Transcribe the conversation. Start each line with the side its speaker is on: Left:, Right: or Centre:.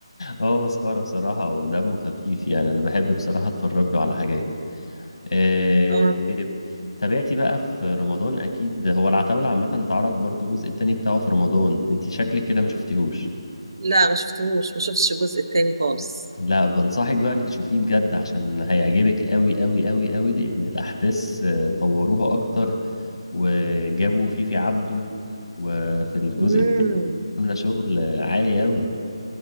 Left: هو مسخرة بصراحة ودمه خفيف يعني انا بحب بصراحة اتفرج له على حاجات آه،
Right: اه
Left: طيب تابعتي بقى في رمضان اكيد هو العتاولة عامة اتعرض برضو الجزء التاني بتاعه في رمضان انت شكلك كده ما شفتيهوش
Right: لا ما شفتهوش ما شفتش الجزء التاني خالص
Left: لا بنصحك بقى انك تشوفيه بجد عشان هيعجبك قوي قوي قوي قوي لان الاحداث آه، طوروها اكتر وجابوا فيفي عبده وفي الجزء
Right: امم
Left: عاملة شغل عالي أوي